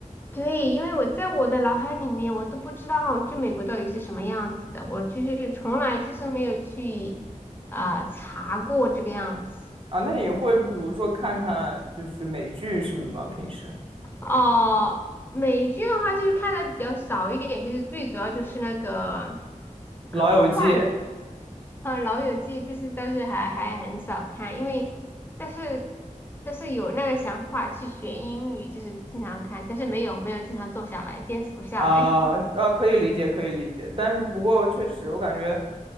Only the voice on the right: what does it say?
啊？那你会比如说看看就是美剧什么吗？平时
《老友记》
啊啊，可以理解，可以理解，但是不过确实，我感觉